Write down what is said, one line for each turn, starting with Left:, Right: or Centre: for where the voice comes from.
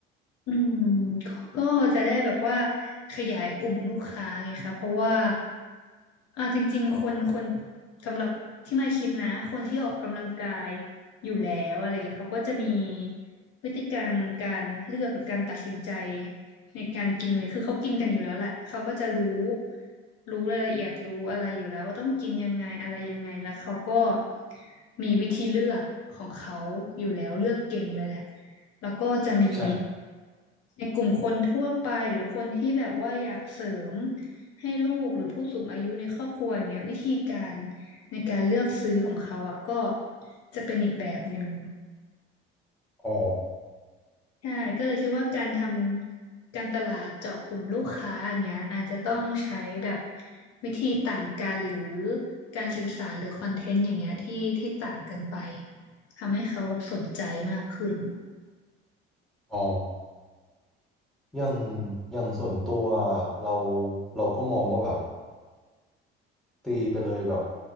Left: อืมก็จะได้แบบว่าขยายกลุ่มลูกค้าไงคะเพราะว่าอ่าจริงๆคนคนสำหรับที่ไม่คิดนะคนที่ออกกำลังกายอยู่แล้วอะไรเงี้ยเขาก็จะมีพฤติกรรมการเลือกหรือการตัดสินใจในการกินเวทคือเขากินกันอยู่แล้วแหละเขาก็จะรู้รู้รายละเอียดรู้อะไรอยู่แล้วว่าต้องกินยังไงอะไรยังไงแล้วเขาก็มีวิธีเลือกของเขาอยู่แล้วเลือกเก่งเลยแหละแล้วก็จะมี
Centre: ใช่
Left: ในกลุ่มคนทั่วไปหรือคนที่แบบว่าอยากเสริมให้ลูกหรือผู้สูงอายุในครอบครัวอย่างเงี้ยวิธีการในการเลือกซื้อของเขาอ่ะก็จะเป็นอีกแบบหนึ่ง
Centre: อ๋อ
Left: ใช่ก็เลยคิดว่าการทำการตลาดเจาะกลุ่มลูกค้าอย่างเงี้ยอาจจะต้องใช้แบบวิธีต่างกันหรือการสื่อสารหรือคอนเทนต์อย่างเงี้ยที่ที่ต่างกันไปทำให้เขาแบบสนใจมากขึ้น
Centre: อ๋ออย่างอย่างส่วนตัวเราเราก็มองว่าแบบตีไปเลยแบบ